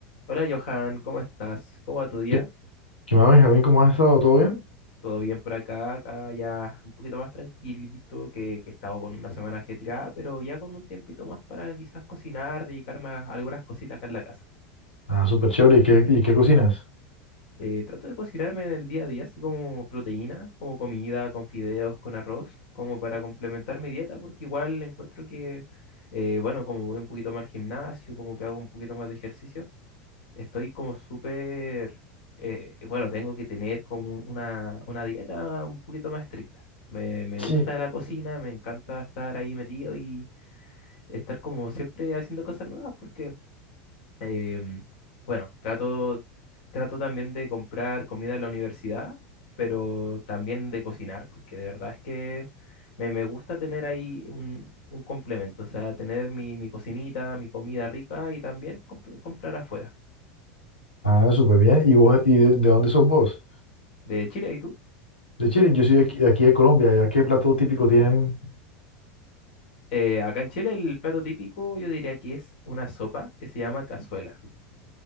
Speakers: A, on the left; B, on the left.
A: Hola Johan, ¿cómo estás? ¿Cómo va tu día?
B: ¿Qué, qué más, Benjamín? ¿Cómo has estado? ¿Todo bien?
A: ¿Todo bien por acá? Acá ya un poquito más tranquilito, que, que he estado con una semana ajetreada, pero ya con un tiempito más para quizás cocinar, dedicarme a algunas cositas acá en la casa.
B: Ah, súper chévere. ¿Y qué, y qué cocinas?
A: Eh, trato de cocinarme en el día a día, así como proteína, como comida, con fideos, con arroz, como para complementar mi dieta, porque igual encuentro que, eh, bueno, como voy un poquito más al gimnasio, como que hago un poquito más de ejercicio Estoy como súper, eh, bueno, tengo que tener como un- una, una dieta un poquito más estricta. Me, me
B: Sí,
A: gusta la cocina, me encanta estar ahí metido y estar como siempre haciendo cosas nuevas porque, em, bueno, trato, trato también de comprar comida en la universidad, pero también de cocinar porque de verdad es que me, me gusta tener ahí un, un complemento, o sea, tener mi, mi cocinita, mi comida rica y también comp- comprar afuera.
B: Ah, súper bien. ¿Y vos, y de, de dónde sos vos?
A: De Chile, ¿y tú?
B: De Chile. Yo soy de aquí, de aquí de Colombia. ¿Ya qué plato típico tienen?
A: Eh, acá en Chile el plato típico yo diría que es una sopa que se llama cazuela.